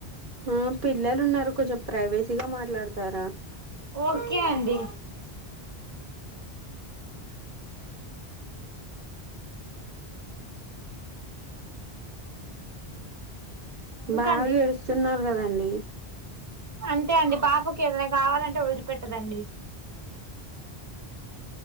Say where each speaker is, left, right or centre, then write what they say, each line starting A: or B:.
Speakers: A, on the right; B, on the right.
A: ఆ పిల్లలు ఉన్నారు కొంచెం ప్రైవేసీగ మాట్లాడతార
B: ఓకే అండి ఇంకా
A: బాగా
B: అండి
A: ఏడుస్తున్నారు కదండి
B: అంతే అండి పాపకి ఏదైనా కావాలంటే వదిలిపెట్ట రండి